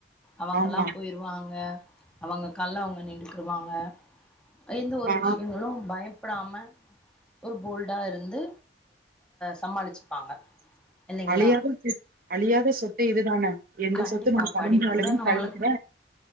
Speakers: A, in the centre; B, on the right.
A: அவங்கல்லாம்
B: ஆமா
A: போயிருவாங்க அவங்க கல்ல அவங்க நிண்டுக்குருவாங்க எந்த ஒரு
B: ஆ
A: விஷயங்களும் பயம் பயப்படாம ஒரு போல்டா இருந்து் சமாளிச்சுப்பாங்க இல்லைங்களா?
B: அழியாத அழியாத சொத்து இதுதானே எந்த
A: கண்டிப்பா
B: சொத்து நம்ம கழ்ச
A: படிப்பு
B: அளவுன்னு
A: தா நம்மளுக்கு
B: கழுதுட